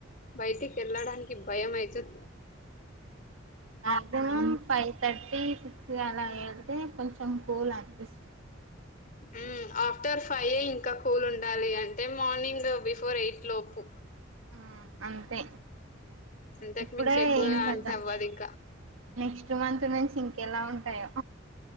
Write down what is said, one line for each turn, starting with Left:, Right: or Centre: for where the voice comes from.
Left: బయటికేళ్ళడానికి భయం అయితుం
Right: మాక్సిమం ఫైవ్ థర్టీ సిక్స్కి అలా ఎళ్తే కొం చం కూల్ అనిపిస్త
Left: మ్మ్ ఆఫ్టర్ ఫైయే ఇంకా కూల్ ఉండాలి అంటే మార్నింగ్ బిఫోర్ ఎయిట్ లోపు
Right: ఆ అంతే
Left: ఇంతకు
Right: ఇప్పుడే
Left: మించి ఎక్కువ
Right: ఇంకా
Left: అంతే
Right: దంచి
Left: అవ్వదు ఇంక
Right: నెక్స్ట్ మంత్ నుంచి ఇంకెలా ఉంటాయో